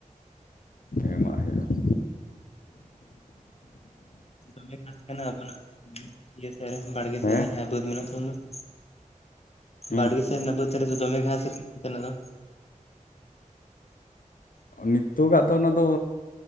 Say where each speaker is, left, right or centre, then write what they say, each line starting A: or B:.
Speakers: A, on the left; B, on the left.
A: ᱮᱢᱟᱜ ᱦᱩᱭᱩᱜᱼᱟ ᱾
B: ᱫᱚᱢᱮ ᱜᱷᱟᱥ ᱠᱟᱱᱟ ᱟᱵᱚᱱᱟᱜ ᱤᱭᱟᱹ ᱥᱮᱫ ᱨᱮ ᱵᱟᱲᱜᱮ
A: ᱦᱮᱸ
B: ᱥᱮᱫ ᱨᱮ ᱡᱟᱦᱟᱸ ᱵᱟᱹᱫᱽ ᱢᱮᱱᱟᱜ ᱛᱟᱵᱚᱱ ᱫᱚ ᱾
A: ᱦᱮᱸ
B: ᱵᱟᱲᱜᱮ ᱥᱮᱫ ᱨᱮᱱᱟᱜ ᱵᱟᱹᱫᱽ ᱨᱮᱫᱚ ᱫᱚᱢᱮ ᱜᱷᱟᱸᱥ ᱠᱟᱱᱟ ᱚᱱᱛᱮ ᱱᱟᱜ ᱫᱚ ᱾
A: ᱱᱤᱛᱚᱜᱟᱜ ᱫᱚ ᱚᱱᱟ ᱫᱚ